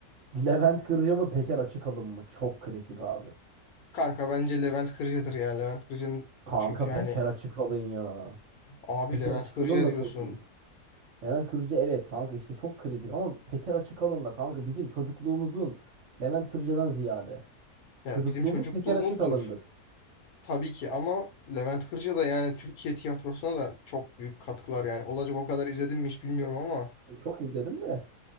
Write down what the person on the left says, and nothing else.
Kanka bence Levent Kırca'dır ya. Levent Kırca'nın
çünkü hani
abi
Levent
Kırca
diyorsun.
Ya
bizim çocukluğumuzdur.
Tabii ki ama Levent Kırca da yani Türkiye tiyatrosuna da çok büyük katkılar yani. Olacak o kadar izledim mi hiç bilmiyorum ama